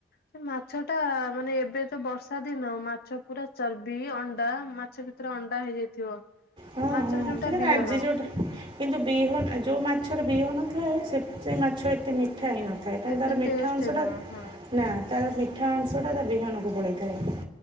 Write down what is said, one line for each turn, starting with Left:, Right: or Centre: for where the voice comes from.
Left: ସେ ମାଛ ଟା ମାନେ ଏବେ ତ ବର୍ଷା ଦିନ ମାଛ ପୁରା ଚର୍ବି ଅଣ୍ଡା ମା ମାଛ ଭିତରେ ଅଣ୍ଡା ହେଇଯାଇଥିବ।
Right: ହୁଁ
Left: ମାଛର
Right: ହୁଁ
Left: ଯୋଉଟା
Right: ସେ କିନ୍ତୁ
Left: ବିହନ
Right: ଆଜି ଯୋଉଟା କିନ୍ତୁ ବିହ ଯେଉଁ ମାଛର ବିହନଥାଏ ସେତେ ମାଛ ଏତେ ମିଠା ହେଇନଥାଏ। ଥାଏ ତାହାଲେ
Left: ଏତେ
Right: ତାର ମିଠା
Left: ଟେଷ୍ଟ
Right: ଅଂଶଟା
Left: ନୁହଁ ହଁ
Right: ନା ତାର ମିଠା ଅଂଶଟା ତା ବିହନକୁ ପଳେଇଥାଏ।